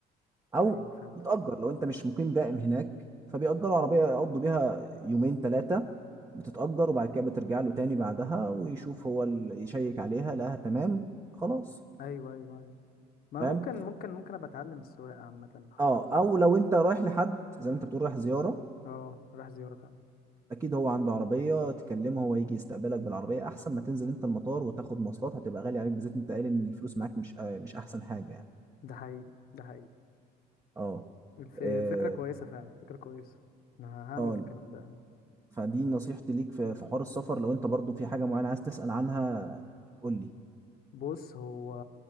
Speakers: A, on the right; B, on the left.
A: او
B: ايوه فهمتك
A: بتأجر لو انت مش مقيم دائم هناك فبيأجروا عربيه يقضوا بيها يومين ثلاثه بتتأجر وبعد كده بترجع له تاني بعدها ويشوف هو اللي يشيك عليها لقاها تمام خلاص
B: ايوه ايوه ايوه ما
A: فاهم
B: ممكن ممكن ممكن ابقى اتعلم السواقه عامه الحوار
A: اه
B: مش
A: او
B: صعب
A: لو انت رايح لحد زي ما انت بتقول رايح زياره
B: اه راح زياره فعلا
A: اكيد هو عنده عربيه تكلمه هو يجي يستقبلك بالعربيه احسن ما تنزل انت المطار وتاخد مواصلات هتبقى غالي عليك بالذات انت قايل ان الفلوس معاك مش آه مش احسن حاجه يعني
B: ده حقيقي ده حقيقي
A: اه
B: الف-
A: اه
B: فكره كويسه فعلا فكره كويسه انا هعمل
A: آه.
B: الكلام ده
A: فدي نصيحتي ليك في في حوار السفر لو انت برضو في حاجه معينه عايز تسال عنها قول لي
B: بص هو